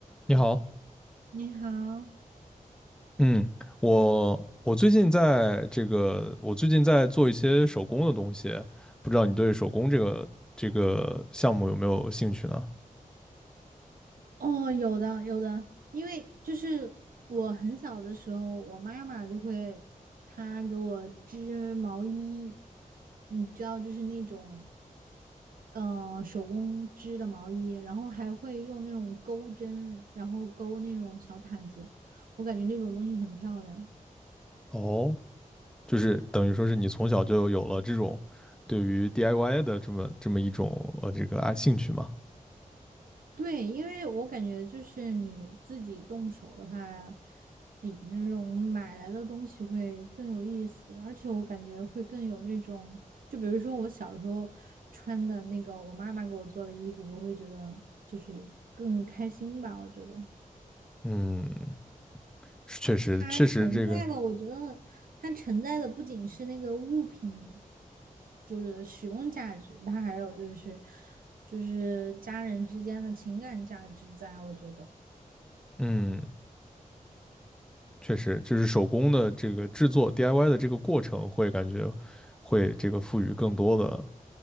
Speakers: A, in the centre; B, on the right.
A: 你好，
B: 你好，
A: 嗯，我我最近在这个，我最近在做一些手工的东西，不知道你对手工这个这个项目有没有兴趣呢？
B: 哦，有的有的，因为就是我很小的时候，我妈妈就会她给我织毛衣，你知道，就是那种呃手工织的毛衣，然后还会用那种钩针，然后钩那种小毯子，我感觉那种东西很漂亮。
A: 哦，就是等于说是你从小就有了这种对于 DIY 的这么这么一种呃这个啊兴趣嘛？
B: 对，因为我感觉就是你自己动手的话，比那种买来的东西会更有意思，而且我感觉会更有那种，就比如说我小时候穿的那个我妈妈给我做的衣服，我会觉得就是更开心吧。我觉得
A: 嗯，是确实确实这个，
B: 它承载了，我觉得它承载的不仅是那个物品，就是使用价值，它还有就是就是家人之间的情感价值在，我觉得。
A: 嗯，确实就是手工的这个制作 DIY 的这个过程会感觉会这个赋予更多的。